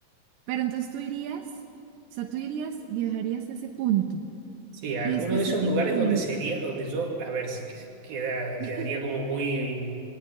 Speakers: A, on the right; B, on the right.
A: Pero entonces tú irías, o sea, tú irías, viajarías a ese punto
B: Sí, alguno
A: y específicamente,
B: de esos lugares donde sería, donde yo, a ver, s- que- queda-
A: <laughs>
B: quedaría como muy,